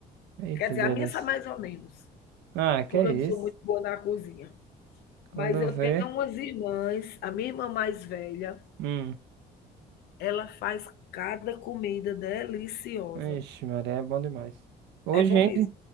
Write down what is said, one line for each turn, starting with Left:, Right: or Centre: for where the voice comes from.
Right: Eita,
Left: Quer dizer,
Right: delícia.
Left: a minha sai mais ou menos,
Right: Ah, que
Left: porque
Right: é
Left: eu não sou
Right: isso?
Left: muito boa na cozinha.
Right: Quando
Left: Mas eu
Right: vê.
Left: tenho umas irmãs, a minha irmã mais velha,
Right: Hum.
Left: Ela faz cada comida deliciosa.
Right: Ixi, Maria, é bom demais. Hoje
Left: É bom
Right: ainda,
Left: mesmo.